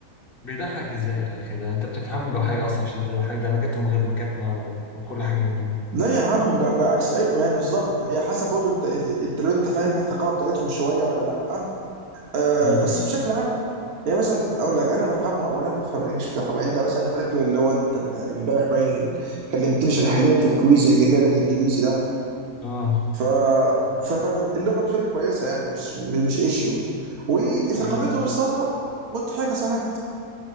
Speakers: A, on the left (about 40°); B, on the right (about 80°).
A: بيضحك ازاي يا اخي ده انت بتفهم له حاجه اصلا عشان تضحك ده نكتهم غير نكتنا و... وكل حاجه غيرنا
B: لا يا عم ب- بعكس أي- ما هي بالظبط ما هي حسب برضه انت انت لو انت فاهم الثقافه بتاعتهم شويه ولا لا آه
A: امم
B: بس بشكل عام يعني مثلا اقول لك انا بفهمه اولا بفهم الانجليش بتاعهم يعني انت مثلا انا فاكر اللي هو انت من امبارح باين كلمتني عشان احلل لك الكويز اللي كان جاي لك انجليزي ده
A: اه
B: ف... ف... فاللغه بالنسبه لي كويسه يعني مش مش ايشيو وثقافتهم
A: ايوه
B: الصراحه مضحكه ساعات